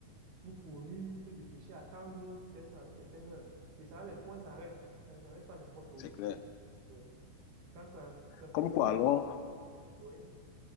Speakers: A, on the right; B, on the left.
A: pour courir, te dépêcher, attendre peut-être à une certaine heure. Et ça a les points d'arrêt. Ça ne s'arrête pas n'importe où.
B: c'est clair.
A: Oui. Quand ça, ça c'est
B: Comme
A: que c'est-
B: quoi alors?
A: Oui,